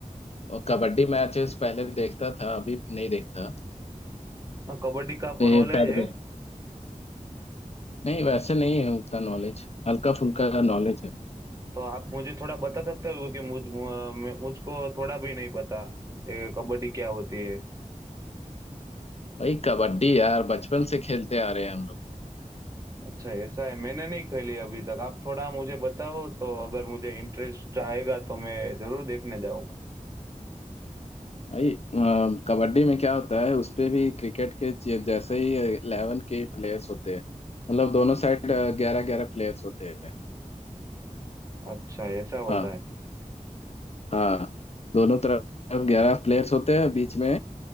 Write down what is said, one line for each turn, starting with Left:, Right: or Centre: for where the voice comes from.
Left: और कबड्डी मैचेस पहले देखता था अभी नहीं देखता
Right: हाँ, कबड्डी का आपको
Left: बैडमिंटन
Right: नॉलेज है
Left: नहीं वैसे नहीं है उतना नॉलेज हल्का फुल्का नॉलेज है
Right: तो आप मुझे थोड़ा बता सकते हो क्योंकि मुझ मु- मैं- मुझको थोड़ा भी नहीं पता ये कबड्डी क्या होती है
Left: भाई कबड्डी यार बचपन से खेलते आ रहे हैं हम लोग
Right: अच्छा ऐसा है मैंने नहीं खेली अभी तक आप थोड़ा मुझे बताओ तो अगर मुझे इंटरेस्ट आएगा तो मैं जरूर देखने जाऊंगा
Left: भाई अ, कबड्डी में क्या होता है उस पे भी क्रिकेट के ज- जैसे ही इलेवन के प्लेयर्स होते हैं मतलब दोनों साइड ग्यारह ग्यारह प्लेयर्स होते हैं
Right: अच्छा ऐसा होता
Left: हाँ
Right: है
Left: हाँ दोनों तरफ ग्यारह प्लेयर्स होते हैं बीच में